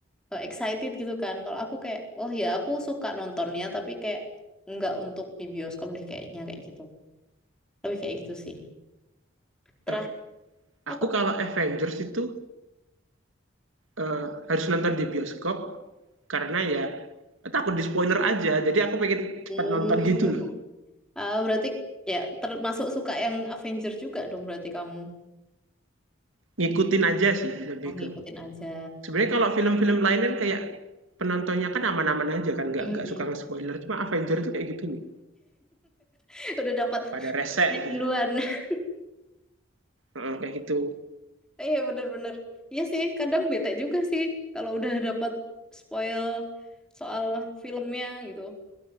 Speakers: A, in the centre; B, on the right.
A: eh, excited gitu kan. Kalau aku kayak oh ya aku suka nontonnya tapi kayak nggak untuk di bioskop deh kayaknya kayak gitu. Lebih kayak gitu sih. Terakhir
B: nah
A: apa?
B: aku kalau Avengers itu eh, harus nonton di bioskop karena ya takut di spoiler aja jadi aku pengen cepat
A: Hmm.
B: nonton gitu loh
A: Ah, berarti ya termasuk suka yang Avenger juga dong berarti kamu
B: ngikutin aja sih lebih
A: oh, ngikutin
B: ke
A: aja.
B: sebenarnya kalau film-film lain kan kayak penontonnya kan aman-aman aja kan nggak
A: Mm-mm.
B: nggak suka nge-spoiler cuma Avengers itu kayak gitu nih
A: <laughs> Udah dapat
B: pada resek
A: punya duluan.
B: gitu
A: <laughs>
B: Heeh, kayak gitu
A: Iya bener-bener. Iya sih, kadang bete juga sih kalau udah dapat spoil soal filmnya gitu.